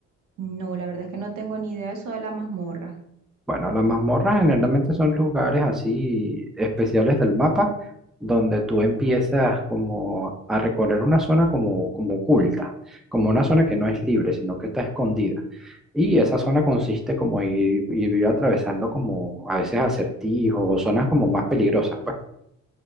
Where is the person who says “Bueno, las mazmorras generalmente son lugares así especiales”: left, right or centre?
Centre